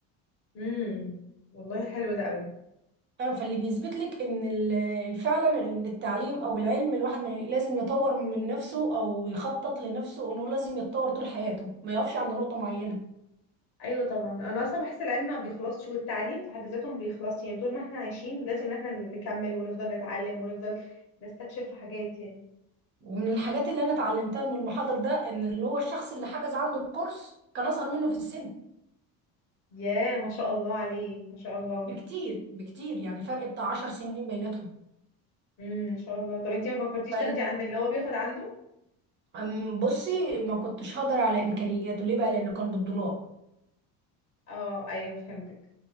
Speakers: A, on the left; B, on the right.
A: امم والله حلو ده قوي
B: اه فاللي بيثبت لك ان ال- ال- فعلا التعليم او العلم الواحد ما ي- لازم يطور من نفسه او يخطط لنفسه انه لازم يتطور طول حياته ما يقفش عند نقطة معينة
A: ايوه طبعا انا اصلا بحس العلم ما بيخلصش والتعليم في حد ذاته ما بيخلصش يعني طول ما احنا عايشين لازم ان احنا نكمل ونفضل نتعلم ونفضل نستكشف في حاجات يعني
B: ومن الحاجات اللي انا اتعلمتها من المحاضر ده ان اللي هو الشخص اللي حجز عنده الكورس كان اصغر منه في السن
A: ياه ما شاء الله عليه ما شاء الله
B: بكتير بكتير يعني فرق بتاع عشر سنين بيناتهم
A: امم ما شاء الله طب انتي ما فكرتيش
B: فال-
A: تاخدي عند اللي هو بياخد عنده
B: أم، بصي ما كنتش هقدر على امكانياته ليه بقى لانه كان بالدولار
A: اه ايوه فهمتك